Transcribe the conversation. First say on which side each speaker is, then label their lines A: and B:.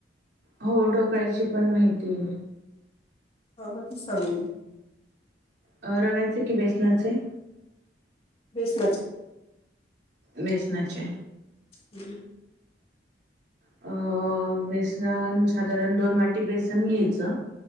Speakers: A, on the right (about 65°); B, on the left (about 30°).
A: हो ढोकळ्याची पण माहिती
B: हा मग ते सांगू
A: अ रव्याचे कि बेसनाचे
B: बेसनाचे
A: बेसनाचे
B: हम्म
A: अं बेसन साधारण दोन वाटी बेसन घ्यायचं